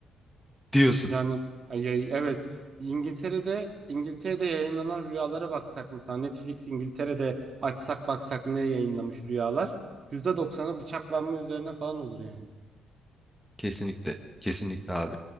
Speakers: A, in the centre; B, on the right (about 45°).
A: diyorsun.
B: Yani ay, ay, evet İngiltere'de İngiltere'de yayınlanan rüyalara baksak mesela Netflix İngiltere'de açsak baksak ne yayınlamış rüyalar yüzde doksanı bıçaklanma üzerine falan olur yani.
A: Kesinlikle. Kesinlikle abi.